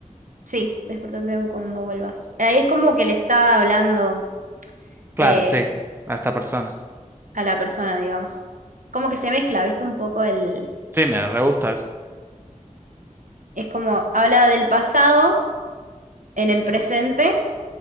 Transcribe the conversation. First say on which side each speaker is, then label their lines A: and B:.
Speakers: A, on the right (about 70°); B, on the right (about 15°).
A: Sí, despertame cuando vuelvas. Ahí es como que le está hablando
B: claro,
A: eh,
B: sí, a esta persona.
A: a la persona, digamos. Como que se mezcla, ¿viste? Un poco el...
B: Sí, me re gusta eso.
A: Es como habla del pasado en el presente